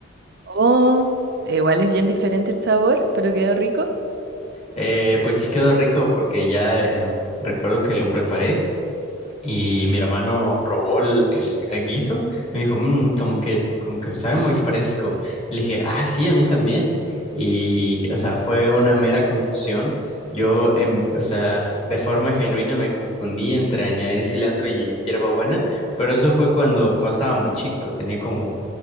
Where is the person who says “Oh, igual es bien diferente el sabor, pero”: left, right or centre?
Right